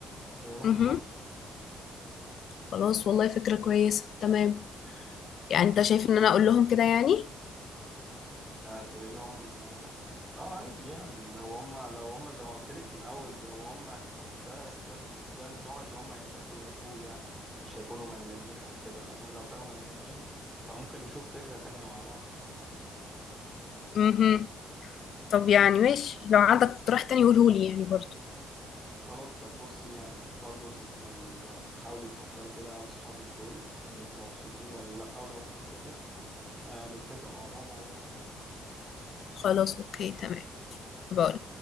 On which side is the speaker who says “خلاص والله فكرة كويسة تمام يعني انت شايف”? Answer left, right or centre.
Left